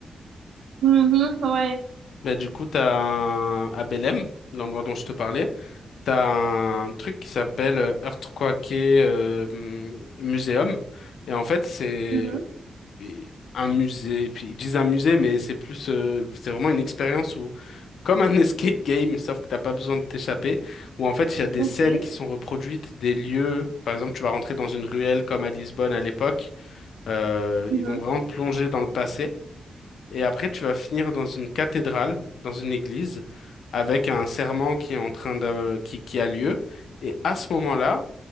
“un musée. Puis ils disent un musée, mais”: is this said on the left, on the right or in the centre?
Left